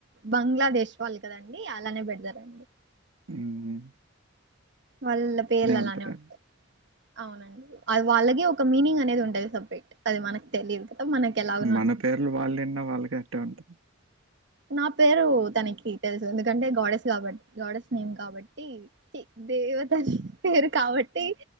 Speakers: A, on the right (about 55°); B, on the right (about 70°).
A: బంగ్లాదేశ్ వాళ్ళు కదండి అలానే పెడతారండి
B: ఉమ్
A: వాళ్ళ పేర్లు అలానే
B: ఉంటదని.
A: ఉంటాయి అవునండి అది వాళ్ళగే ఒక మీనింగ్ అనేది ఉంటది సపరేట్ అది మనకు తెలియదు కదా మనకి ఎలాగనో
B: మన
A: అనిపిస్తుంది
B: పేర్లు వాళ్ళు విన్న వాళ్ళకీ అట్టే ఉంటుంది
A: నా పేరు తనకి తెలుసు ఎందుకంటే గాడెస్ కాబట్టి గాడెస్ నేమ్ కాబట్టి దేవతల పేరు కాబట్టి